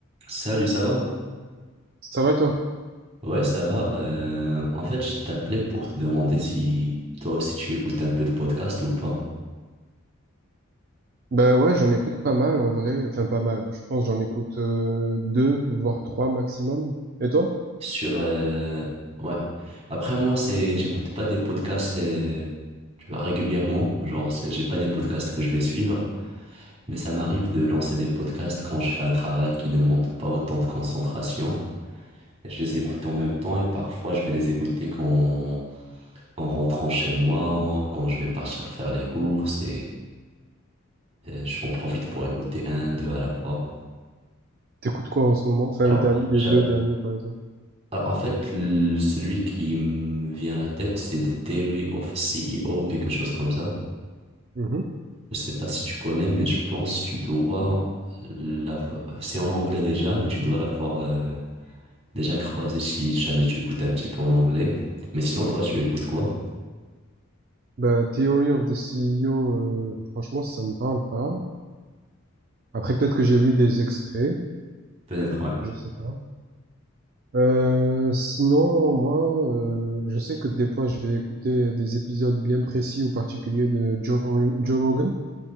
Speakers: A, on the right (about 30°); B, on the right (about 45°).
A: Salut, ça va?
B: Ça va et toi?
A: Ouais, ça va. Euh, en fait, je t'appelais pour te demander si toi aussi tu écoutes un peu de podcast ou pas.
B: Ben ouais, j'en écoute pas mal en vrai. Enfin, pas mal. Je pense que j'en écoute euh, deux, voire trois maximum. Et toi?
A: Sur, euh, ouais. Après, moi, c'est, j'écoute pas des podcasts, euh, tu vois, régulièrement. Genre, c'est- j'ai pas des podcasts que je vais suivre, mais ça m'arrive de lancer des podcasts quand je fais un travail qui demande pas autant de concentration. Et je les écoute en même temps et parfois je vais les écouter quand, en rentrant chez moi, quand je vais partir faire les courses J'en profite pour écouter un, deux à la fois.
B: T'écoutes quoi en ce moment? Enfin,
A: Alors,
B: les derni- les
A: j'a-
B: deux derniers, par exemple.
A: alors, en fait, le- celui qui me vient à la tête, c'est The Diary of a C E O. quelque chose comme ça.
B: Mhm.
A: Je sais pas si tu connais, mais je pense que tu dois l'avoir. C'est en anglais déjà, mais tu dois l'avoir euh, déjà croisé si jamais tu écoutes un petit peu en anglais. Mais sinon, toi, tu écoutes quoi?
B: Ben, Theory of the CEO, euh, franchement, ça me parle pas. Après, peut-être que j'ai vu des extraits,
A: Peut-être, ouais.
B: je sais pas. Euh, sinon, moi, euh, je sais que des fois, je vais écouter des épisodes bien précis ou particuliers de Joe, Joe Rogan.